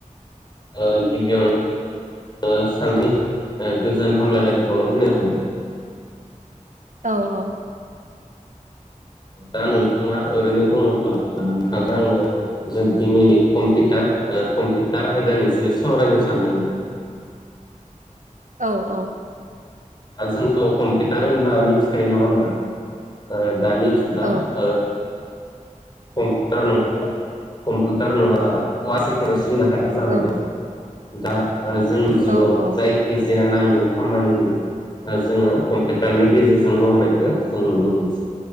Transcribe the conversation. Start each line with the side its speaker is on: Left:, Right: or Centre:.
Left: ओ गिबियावनो ओ सानैनि ओ गोजोन हामलायनायखौ बाउहरनाय <unintelligible>
Right: औ औ।
Left: दा नोंथाङा ओरैनो दङब्ला नोंथांजों आङो जों दिनैनि कम्पिउटार ओ कम्पिउटार आयदानि जै सावरायनो सानदोंमोन
Right: <inaudible> <unintelligible> औ औ
Left: जोंथ' कम्पिउटार होनबा मिथिखायो नङा होमबा ओ दानि जुगा
Right: औ
Left: ओ कम्पिउटार नङा कम्पिउतार नङाबा <unintelligible> सिलिनो हाया जानानै
Right: औ
Left: दं दा जोंनि
Right: औ
Left: जिउआव
Right: औ
Left: जायखिजाया नांगौ खामानिखौ जोङो कम्पिउटारनि गेजेरजों मावनायखौ जों नुनो मोनसै